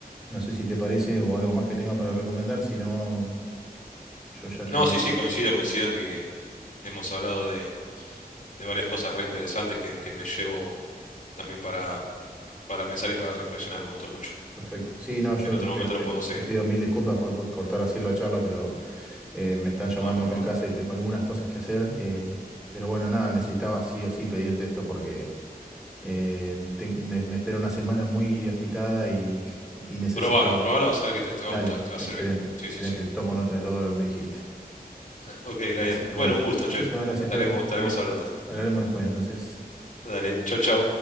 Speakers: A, in the centre; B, on the left (about 50°).
A: No sé si te parece o algo más que tenga para recomendar, si no, yo ya
B: No,
A: tendría.
B: sí, sí, coincido, coincido en que hemos hablado de, de varias cosas re interesantes que, que me llevo también para, para pensar y para reflexionar. Me gustó mucho.
A: Perfecto. Sí, no, yo
B: En otro
A: te,
B: momento
A: te-
B: lo podemos seguir,
A: te pido mil disculpas por, por cortar así la charla, pero eh, me están llamando
B: ¿no? Por
A: acá
B: favor.
A: en casa y tengo algunas cosas que hacer. eh, pero bueno, nada, necesitaba sí o sí pedirte esto porque eh, te- me, me espera una semana muy agitada y, <laughs> y necesito...
B: Probalo, probalo, vas a ver que te, te
A: Dale,
B: va a gustar, te va
A: excelente,
B: a servir. Sí,
A: excelente.
B: sí, sí.
A: Tomo nota de todo lo que me dijiste.
B: Ok, Brian.
A: Así que bueno,
B: Bueno, un gusto,
A: muchísimas
B: che.
A: gracias,
B: Estaremos,
A: Ger.
B: estaremos
A: eh,
B: hablando.
A: hablaremos después entonces.
B: Dale, chau, chau.